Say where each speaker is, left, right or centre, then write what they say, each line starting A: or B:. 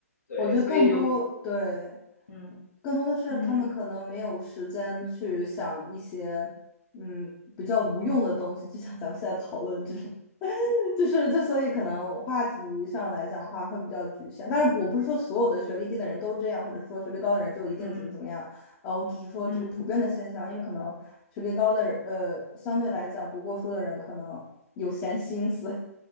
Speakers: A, on the left; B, on the left.
A: 对，
B: 我觉得更多，
A: 所以就
B: 对，
A: 嗯
B: 更多的是他们可能没有时间去想一些，
A: 嗯
B: 嗯，比较无用的东西，就像咱们现在讨论这种，<laughs> 就是这，所以可能话题上来讲的话会比较局限。但是我不是说所有的学历低的人都这样，或者是说学历高的人就一定怎么怎么样，
A: 嗯
B: 呃，我只是说这个普遍的现象，
A: 嗯。
B: 因为可能学历高的人，呃，相对来讲读过书的人可能有闲心思，